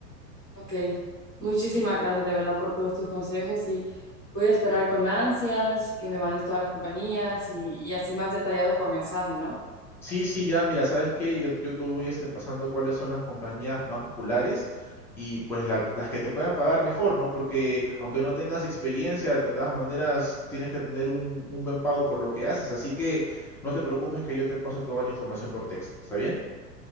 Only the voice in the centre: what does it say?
Sí,
Sí, sí, ya, mira, ¿sabes qué? Yo, yo te voy este, pasando cuáles son las compañías más populares y pues la- las que te puedan pagar mejor, ¿no? Porque aunque no tengas experiencia, de todas maneras tienes que tener un, un buen pago por lo que haces, así que no te preocupes que yo te paso toda la información por texto, ¿está bien?